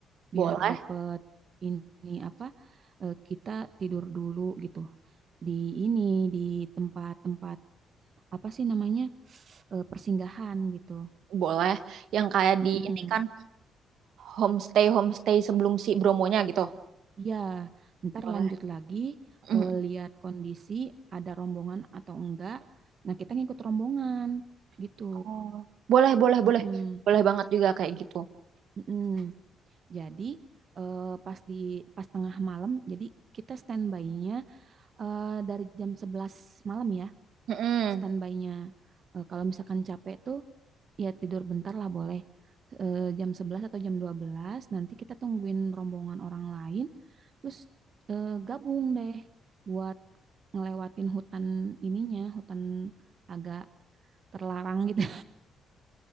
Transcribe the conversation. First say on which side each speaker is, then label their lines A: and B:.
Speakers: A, on the right (about 75°); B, on the right (about 50°).
A: Boleh,
B: Biar dapet ini apa? eh, kita tidur dulu gitu di ini di tempat-tempat apa sih namanya eh, persinggahan gitu.
A: boleh. Yang kayak
B: Mm-mm.
A: di ini kan homestay homestay sebelum si Bromonya gitu.
B: Iya, ntar
A: Boleh.
B: lanjut lagi
A: Mm-mm.
B: eh, lihat kondisi ada rombongan atau enggak. Nah, kita ngikut rombongan gitu.
A: Oh, boleh, boleh,
B: Mm-mm.
A: boleh. Boleh banget juga kayak gitu.
B: Mm-mm. Jadi eh, pas di pas tengah malam, jadi kita standby-nya eh, dari jam 11 malam ya.
A: Mm-mm.
B: standby-nya. Eh, kalau misalkan capek tuh ya tidur bentar lah boleh. Eh, jam 11 atau jam 12 nanti kita tungguin rombongan orang lain terus eh, gabung deh buat ngelewatin hutan ininya, hutan agak terlarang gitu.